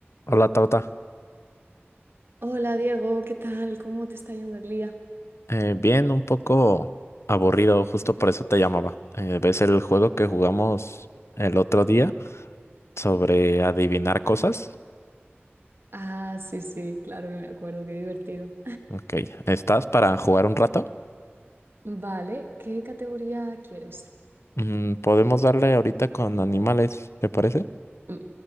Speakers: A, on the left; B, on the right.
A: Hola, Tauta.
B: Hola Diego, ¿qué tal? ¿Cómo te está yendo el día?
A: Eh, bien, un poco aburrido, justo por eso te llamaba. Eh, ¿ves el juego que jugamos el otro día sobre adivinar cosas?
B: Ah, sí, sí, claro que me acuerdo, qué divertido.
A: Ok, ¿estás para jugar un rato?
B: Vale, ¿qué categoría quieres?
A: Mm, podemos darle ahorita con animales, ¿te parece?
B: Mm,